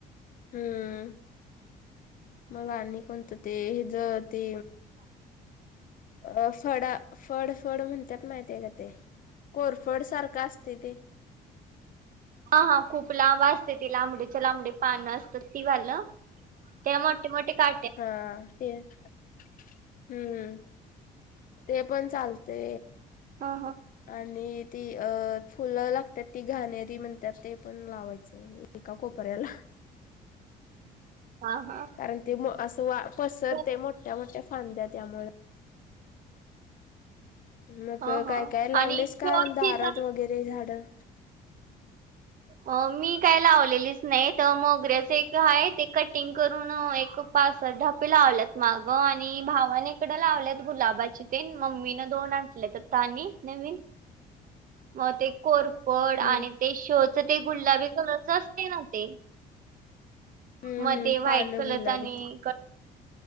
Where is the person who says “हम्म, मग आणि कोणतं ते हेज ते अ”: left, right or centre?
Left